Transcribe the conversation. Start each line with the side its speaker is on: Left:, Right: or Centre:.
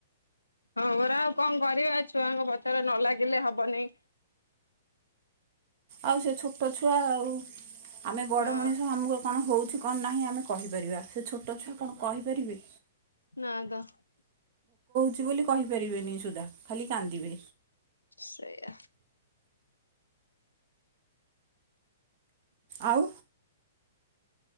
Left: ହଁ ମୋରା ଆଉ କଣ କରିବା ଛୁଆଙ୍କ ପଛରେ ନ ଲାଗିଲେ ହବନେଇ।
Right: ଆଉ ସେ ଛୋଟ ଛୁଆ ଆଉ। ଆମେ ବଡ
Left: ହଁ
Right: ମଣିଷ ଆମକୁ କଣ ହଉଛୁ। କଣ ନାହିଁ ଆମେ କହିପାରିବା ସେ ଛୋଟ ଛୁଆ କଣ କହିପାରିବେ।
Left: ନାଁ ତ
Right: ଚି ବୋଲି କହି ପାରିବେନି ସୁଦ୍ଧା ଖାଲି କାନ୍ଦିବେ।
Left: ସେଇଆ।
Right: ଆଉ